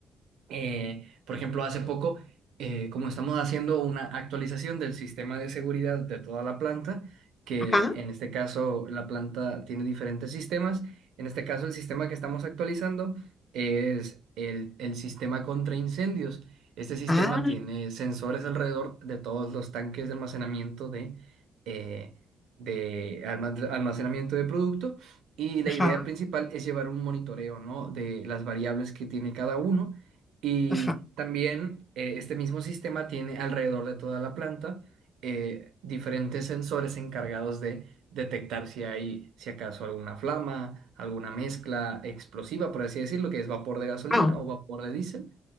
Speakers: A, on the right; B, on the left.
A: eh, por ejemplo, hace poco, eh, como estamos haciendo una actualización del sistema de seguridad de toda la planta, que
B: ajá,
A: en este caso la planta tiene diferentes sistemas, en este caso el sistema que estamos actualizando es el, el sistema contra incendios. Este sistema
B: ah,
A: tiene sensores alrededor de todos los tanques de almacenamiento de, eh, de alma- almacenamiento de producto y la
B: ajá,
A: idea principal es llevar un monitoreo, ¿no? de las variables que tiene cada uno y
B: ajá,
A: también eh, este mismo sistema tiene alrededor de toda la planta eh, diferentes sensores encargados de detectar si hay, si acaso alguna flama, alguna mezcla explosiva, por así decirlo, que es vapor de gasolina
B: wow,
A: o vapor de diésel.